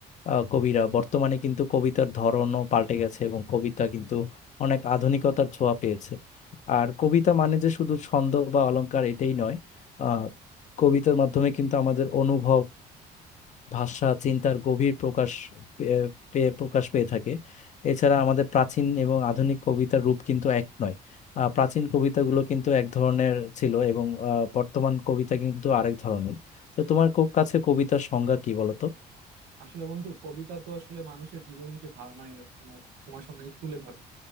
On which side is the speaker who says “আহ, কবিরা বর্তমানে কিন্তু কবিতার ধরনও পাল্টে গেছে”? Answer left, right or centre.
Left